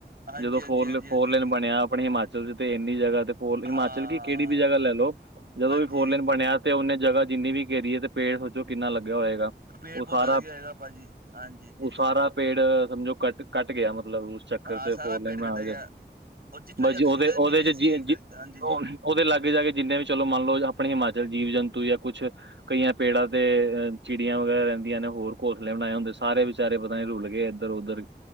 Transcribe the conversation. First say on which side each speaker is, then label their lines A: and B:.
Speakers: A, on the right; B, on the right.
A: ਹਾਂਜੀ
B: ਜਦੋਂ
A: ਹਾਂਜੀ
B: ਫੋਰ
A: ਹਾਂਜੀ
B: ਫੋਰਲੇਨ
A: ਹਾਂਜੀ ਹਾਂਜੀ
B: ਬਣਿਆ ਆਪਣੇ ਹਿਮਾਚਲ ਤੇ ਇੰਨੀ ਜਗ੍ਹਾ ਤੇ ਫੋਰ ਹਿਮਾਚਲ
A: ਹਾਂ
B: ਦੀ ਕਿਹੜੀ ਵੀ ਜਗ੍ਹਾ ਲੈ ਲੋ ਜਦੋਂ
A: ਹਾਂਜੀ
B: ਵੀ ਫੋਰਲੇਨ ਬਣਿਆ ਤੇ ਉਹਨੇ ਜਗ੍ਹਾ ਜਿੰਨੀ ਵੀ ਘੇਰੀਏ ਤੇ ਪੇੜ ਸੋਚੋ ਕਿੰਨਾ ਲੱਗਿਆ ਹੋਏਗਾ।
A: ਪੇੜ
B: ਉਹ
A: ਪੌਦਾ
B: ਸਾਰਾ
A: ਲੱਗਿਆ ਹੈਗਾ ਭਾਜੀ ਹਾਂਜੀ ਜੀ।
B: ਉਹ ਸਾਰਾ ਪੇੜ ਸਮਝੋ ਕੱਟ ਕੱਟ ਗਿਆ ਮਤਲਬ ਉਸ ਚੱਕਰ
A: ਹਾਂ
B: ਚ
A: ਸਾਰਾ
B: ਫੋਰ
A: ਪੇੜ
B: ਲੇਨ ਬਣਾਇਆ
A: ਕੱਟਿਆ ਗਿਆ
B: ਜੇ
A: ਔਰ ਜਿੱਥੋਂ
B: ਬਸ
A: ਦੀ ਆਕਸੀਜਨ
B: ਜੀ ਉਹਦੇ ਉਹਦੇ
A: ਮਿਲਣੀ
B: ਚ
A: ਸੀ ਗ- ਹਾਂਜੀ ਜੀ
B: ਉਹਦੇ ਲਾਗੇ ਜਾ ਕੇ ਜਿੰਨੇ ਵੀ ਚਲੋ ਮੰਨ ਲੋ ਆਪਣੇ ਹਿਮਾਚਲ ਜੀਵ ਜੰਤੂ ਯਾ ਕੁਛ ਕਈਆਂ ਪੇੜਾਂ ਦੇ ਅ ਚਿੜੀਆਂ ਵਗੈਰਾ ਰਹਿੰਦੀਆਂ ਨੇ ਹੋਰ ਘੋਸਲੇ ਬਣਾਏ ਹੁੰਦੇ ਸਾਰੇ ਵਿਚਾਰੇ ਪਤਾ ਨੀ ਰੁਲ ਗਏ ਇੱਧਰ ਉੱਧਰ।